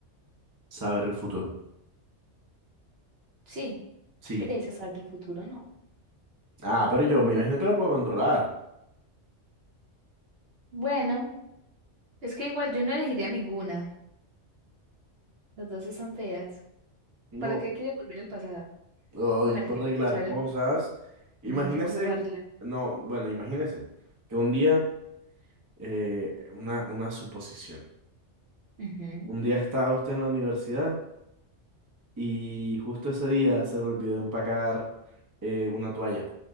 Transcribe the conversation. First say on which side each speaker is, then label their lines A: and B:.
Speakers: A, on the right (about 25°); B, on the right (about 60°).
A: saber el futuro.
B: Sí,
A: Sí.
B: qué pereza saber el futuro, no.
A: Ah, pero yo me imagino que lo puedo controlar.
B: Bueno, es que igual yo no elegiría ninguna. Las dos están feas.
A: No.
B: ¿Para qué quiero volver al pasado?
A: Ay,
B: ¿Y para
A: puedo
B: qué
A: arreglar
B: quiero saber
A: cosas.
B: el futuro?
A: Imagínese,
B: No, qué cosa voy a arreglar.
A: no, bueno, imagínese que un día, eh, una, una suposición.
B: Ujú.
A: Un día estaba usted en la universidad y justo ese día se le olvidó empacar eh, una toalla